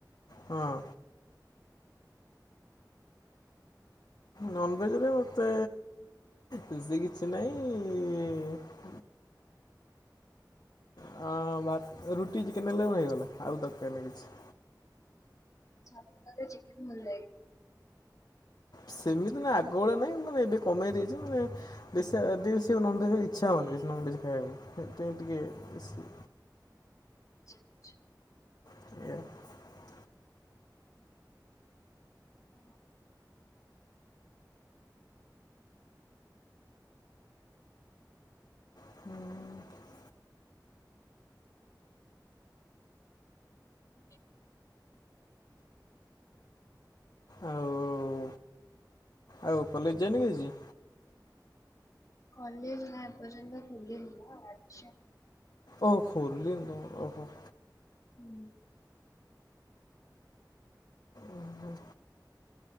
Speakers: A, on the left; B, on the left.
A: ହଁ ନନଭେଜରେ ମତେ ବେଶ କିଛି ନାହିଁ ଇ
B: <unintelligible> <unintelligible>
A: ହଁ ଭାତ ରୁଟି ଚିକେନ ହେଲେ ମୋର ହୋଇଗଲା ଆଉ ଦରକାର ନାହଁ କିଛି।
B: ଭାତ ରେ ଚିକେନ ଭଲ ଲାଗେ।
A: ସେମିତି ନା ଆଗଭଳିଆ ନହିଁ ମାନେ ଏବେ କମେଇ ଦେଇଛି ମାନେ ବେଶି ବେଶି ନଭେଜ୍ ଇଚ୍ଛା ହଉନି ବେଶି ନଭେଜ୍ ଖାଇବାକୁ ସେଥିାଇଁ ଟିକେ ବେଶି
B: ଜେ ଜେ।
A: <inaudible> <inaudible>
B: <inaudible> <inaudible>
A: ହଁ।
B: <inaudible>
A: ଆଉ ଆଉ କଲେଜ ଜିଆନିକି ଆଜି।
B: କଲେଜ୍ ନା ଏ ପର୍ଯ୍ୟନ୍ତ ଖୁଲିନି ଓ ଆଛା।
A: ଓହ ଖୋଲିନି ଓହୋ।
B: <inaudible>
A: ଓ ହୁଁ।